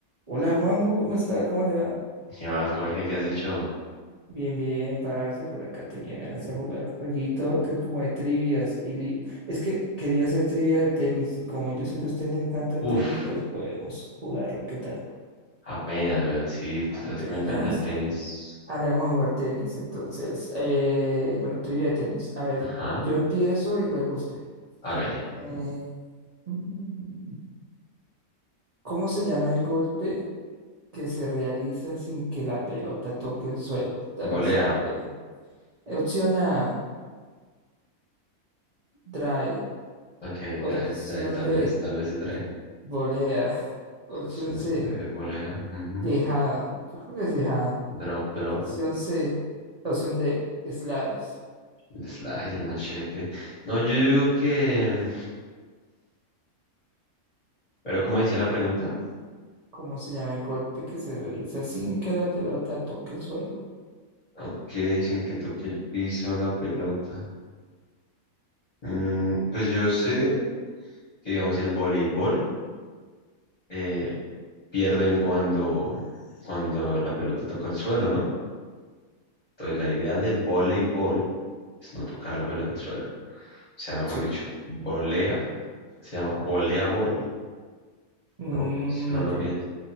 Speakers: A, on the right (about 80°); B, on the left (about 30°).
A: Hola Juanjo, ¿cómo está? ¿Cómo le va?
B: ¿Qué más, Jorge? ¿Qué has hecho?
A: Bien, bien, parce, por acá tenía ganas de jugar un jueguito que es como de trivias. Y li- Es que quería hacer trivias
B: Ajá.
A: de tenis y como yo sé que a usted le encanta el
B: Uf,
A: tenis, pues podemos jugarlo, ¿qué tal?
B: apenas, weón. Sí,
A: Apenas.
B: tú sabes que me encanta el tenis.
A: Ah, le vamos a jugar tenis, entonces. eh, bueno, trivia de tenis. A ver,
B: Ajá,
A: yo empiezo y luego usted.
B: hágale.
A: Eh, <laughs> mm, ¿cómo se llama el golpe que se realiza sin que la pelota toque el suelo? Te
B: Volea.
A: la sabe. Opción A. Drive.
B: Ok,
A: Opción
B: drive, drive, tal
A: B,
B: vez. Tal vez es drive.
A: volea. <laughs> Opción
B: Sí,
A: C,
B: eh, volea. ujú.
A: dejada. Yo creo que es dejada.
B: Drop, drop.
A: Opción C, opción D, slice. <sniffs>
B: El slice, el machete. No, yo digo que. Pero, ¿cómo decía la pregunta?
A: ¿Cómo se llama el golpe que se realiza sin que la pelota toque el suelo?
B: Ok, sin que toque el piso la pelota. Mm, pues yo sé que, digamos, el voleibol. eh, pierden cuando, cuando la pelota toca el suelo, ¿no? Entonces la idea del
A: Sí.
B: voleibol es no tocar la pelota al suelo. O sea, mejor
A: Sí.
B: dicho, volea, se llama voleabol,
A: Mm,
B: ¿no? Si uno
A: ok.
B: lo piensa,